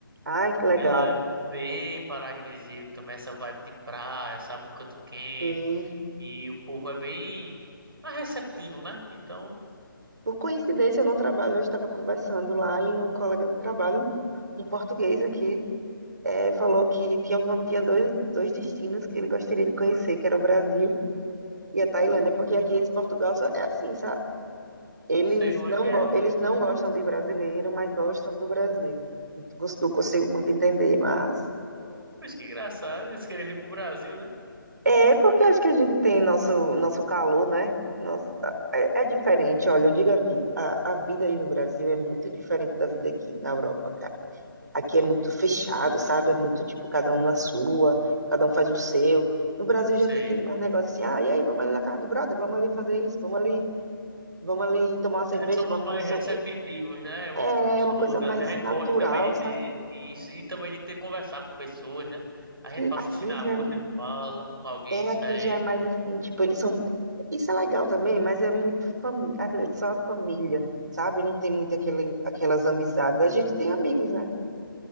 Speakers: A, on the right; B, on the right.
A: Ai,
B: Porque
A: que legal.
B: lá é bem paradisíaco, também essa vibe de praia, sabe? Um canto quente.
A: Sim.
B: E o povo é bem mais receptivo, né? Então,
A: Por coincidência, eu não trabalho, eu estava conversando lá e um colega do trabalho, um português aqui, eh, falou que tinha, von- tinha dois, dois destinos que ele gostaria de conhecer, que era o Brasil e a Tailândia, porque aqui eles, Portugal, só é assim, sabe? Eles
B: sei como
A: não,
B: é que é.
A: go- eles não gostam de brasileiro, mas gostam do Brasil. Não consigo muito entender, mas
B: Mas que engraçado, eles querem vir pro Brasil, né?
A: É porque acho que a gente tem nosso, nosso calor, né? Nosso, é, é diferente, olha, eu digo a ti, a, a vida aí no Brasil é muito diferente da vida aqui na Europa, cara. Aqui é muito fechado, sabe? É muito tipo, cada um na sua, cada um faz o seu. No Brasil
B: Sei.
A: já tem aquele mais negócio assim, ah, e aí, vamos ali na casa do brother, vamos ali fazer isso, vamos ali, vamos ali tomar uma cerveja,
B: é, somos
A: vamos
B: mais
A: não sei
B: receptivos,
A: o quê.
B: né? Um
A: É
B: com os
A: uma
B: outros.
A: coisa mais
B: assim, A gente
A: natural,
B: gosta também de
A: sabe?
B: ter isso e também de ter conversar com pessoas, né? A gente
A: Sim,
B: passa
A: aqui
B: assim na
A: já
B: rua, sempre fala com alguém
A: é,
B: diferente,
A: é, aqui já é mais assim, tipo, eles são Isso é legal também, mas é muito fami- aquele- só a família, sabe? Não tem muito aquele, aquelas amizades. A gente tem amigos, né?